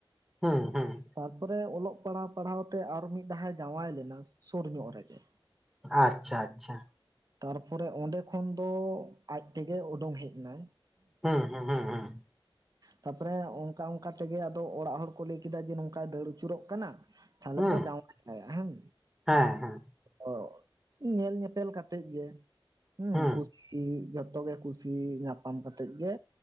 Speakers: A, in the centre; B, on the right.
A: ᱦᱩᱸ ᱦᱩᱸ
B: ᱛᱟᱨᱯᱚᱨᱮ ᱚᱞᱚᱜ ᱯᱟᱲᱦᱟᱣ ᱯᱟᱲᱦᱟᱣ ᱛᱮ ᱟᱨᱚ ᱢᱤᱫ ᱫᱷᱟᱟᱭ ᱡᱟᱶᱟᱭ ᱞᱮᱱᱟ, ᱥᱩᱨ ᱧᱚᱜ ᱨᱮ ᱜᱮ᱾
A: ᱟᱪᱪᱷᱟ ᱟᱪᱪᱷᱟ
B: ᱛᱟᱨᱯᱚᱨᱮ ᱚᱸᱰᱮ ᱠᱷᱚᱱ ᱫᱚ ᱟᱡ ᱛᱮᱜᱮ ᱩᱰᱩᱝ ᱦᱮᱡ ᱮᱱᱟᱭ᱾
A: ᱦᱩᱸ ᱦᱩᱸ ᱦᱩᱸ ᱦᱩᱸ <inaudible>
B: ᱛᱟᱨᱯᱚᱨᱮ ᱚᱱᱠᱟ ᱚᱱᱠᱟ ᱛᱮᱜᱮ ᱟᱫᱚ ᱚᱲᱟᱜ ᱦᱚᱲ ᱠᱚ ᱞᱟᱹᱭ ᱠᱮᱫᱟ ᱡᱮ ᱱᱚᱝᱠᱟᱭ ᱫᱟᱹᱲ ᱟᱹᱪᱩᱨᱚᱜ ᱠᱟᱱᱟ, ᱛᱟᱦᱚᱞᱮ
A: ᱦᱩᱸ
B: ᱵᱚ ᱡᱟᱶᱟᱭ ᱠᱟᱭᱟ ᱦᱮᱸ᱾
A: ᱦᱮᱸ ᱦᱮᱸ
B: ᱚ ᱧᱮᱞ ᱧᱮᱯᱮᱞ ᱠᱟᱛᱮᱜ ᱜᱮ ᱦᱮᱸ
A: ᱦᱩᱸ
B: ᱠᱩᱥᱤ ᱡᱚᱛᱚᱜᱮ ᱠᱩᱥᱤ ᱧᱟᱯᱟᱢ ᱠᱟᱛᱮᱜ ᱜᱮ